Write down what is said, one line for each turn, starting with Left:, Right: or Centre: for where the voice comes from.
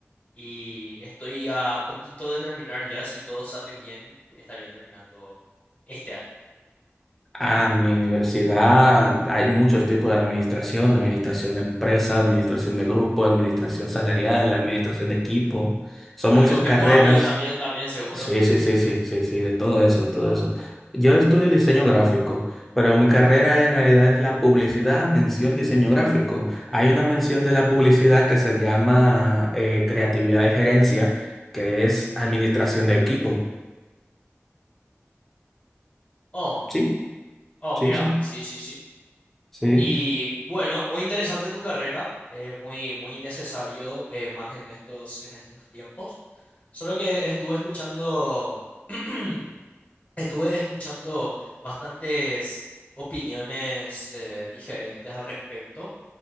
Left: y estoy a poquito de terminar ya, si todo sale bien, estaría terminando este año.
Centre: A mi universidad hay muchos tipos de administración, administración de empresas, administración de grupo, administración salarial, administración de equipo. Son
Left: Agropecuario
Centre: muchas carreras.
Left: también, también seguro.
Centre: Sí, sí, sí, sí, sí, sí, de todo eso, de todo eso. Yo estudio diseño gráfico, pero mi carrera en realidad es la publicidad, mención, diseño gráfico. Hay una mención de la publicidad que se llama eh, creatividad y gerencia, que es administración de equipo.
Left: Oh,
Centre: Sí,
Left: oh,
Centre: sí,
Left: mira,
Centre: sí,
Left: sí, sí, sí.
Centre: sí.
Left: Y bueno, muy interesante tu carrera, eh, muy, muy necesario eh, más en estos, en estos tiempos. Solo que estuve escuchando, <clears throat> estuve escuchando bastantes opiniones eh, diferentes al respecto,